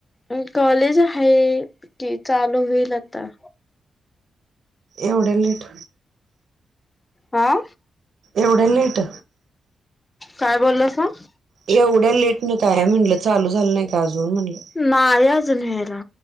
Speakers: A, on the left; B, on the right.
A: अह कॉलेज आहे कि चालू होईल आता.
B: एवढ्या लेट
A: हा.
B: एवढ्या लेट.
A: काय बोललासा
B: एवढ्या लेट न काय, म्हटलं चालू झालं नाही का अजून म्हटलं
A: नाय अजून हेरा